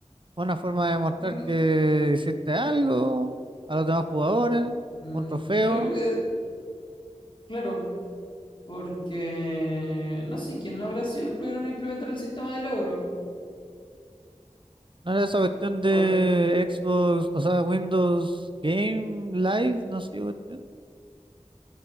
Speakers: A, on the right (about 45°); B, on the left (about 45°).
A: Una forma de demostrar
B: mm,
A: que hiciste algo a los demás jugadores,
B: mm,
A: un trofeo.
B: yo creo que, claro, Porque no sé quién no habrá sido el primero en implementar el sistema de logro.
A: No era esa cuestión de
B: Por...
A: Xbox, o sea, Windows Game Live, no sé qué cuestión.